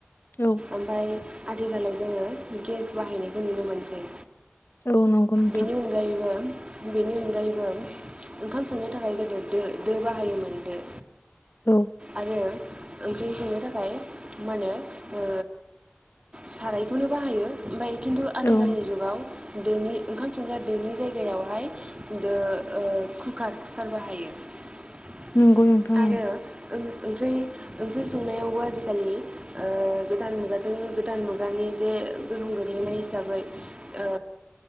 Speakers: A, on the left; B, on the right.
A: औ
B: ओमफ्राय आथिखालाव जोङो गेस बाहायनायखौ नुनो मोनसै।
A: औ नंगौ नोंथां
B: बेनि अनगायैबो बेनि अनगायैबो ओंखाम संनो थाखाय दो दो बाहायोमोन दो।
A: औ
B: आरो ओंख्रि संनो थाखाय माहोनो ओ सारायखौनो बाहायो ओमफ्राय खिन्थु आथिखालनि
A: औ
B: जुगाव दोनि ओंखाम संग्रा दोनि जायगायावहाय दो‌‌ ओ‌ कुकार कुकार बाहाय थायो
A: नंगौ नोंथां
B: आरो ओं ओंख्रि ओंख्रि संनायावबो आजिखालि ओ गोदान मुगाजों गोदान मुगानि जे गोहोम गोग्लैनाय हिसाबै ओ